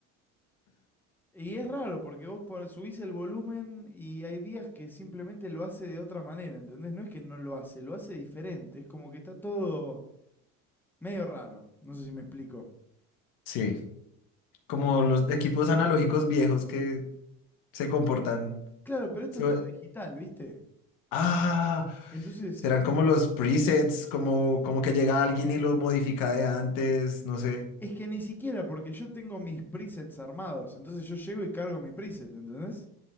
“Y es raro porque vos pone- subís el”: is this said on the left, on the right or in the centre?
Centre